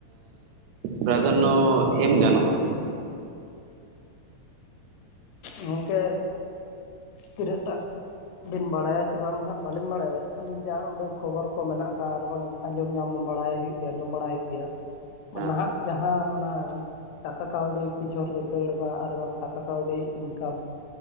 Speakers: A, on the right; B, on the left.
A: ᱯᱨᱟᱫᱷᱟᱱᱱᱚ ᱮᱢ ᱜᱟᱱᱚᱜᱼᱟ?
B: ᱜᱝᱠᱮ ᱛᱤᱱᱟᱹᱜ ᱴᱟᱜ ᱵᱤᱱ ᱵᱟᱲᱟᱭᱟ ᱪᱮ ᱵᱟᱝ ᱦᱟᱜ ᱵᱟᱹᱞᱤᱧ ᱵᱟᱲᱟᱭᱟ ᱟᱹᱞᱤᱧ ᱡᱟ ᱚᱱᱰᱮ ᱠᱷᱚᱵᱚᱨ ᱠᱚ ᱢᱮᱱᱟᱜ ᱟᱠᱟᱫ ᱟᱨ ᱵᱟᱝ ᱟᱸᱡᱚᱢ ᱧᱟᱢ ᱵᱟᱲᱟᱭ ᱦᱩᱭᱩᱜ ᱜᱮᱭᱟ ᱟᱸᱡᱚᱢ ᱵᱟᱲᱟᱭ ᱦᱩᱭᱩᱜ ᱜᱮᱭᱟ
A: ᱦᱮᱸ
B: ᱱᱟᱦᱟᱜ ᱡᱟᱦᱟᱸ ᱚᱱᱟ ᱴᱟᱠᱟ ᱠᱟᱹᱣᱰᱤ ᱯᱤᱪᱷᱚᱱ ᱨᱮ ᱫᱟᱹᱲ ᱵᱟᱲᱟ ᱟᱨ ᱵᱟᱝ ᱴᱟᱠᱟ ᱠᱟᱹᱣᱰᱤ ᱤᱱᱠᱟᱢ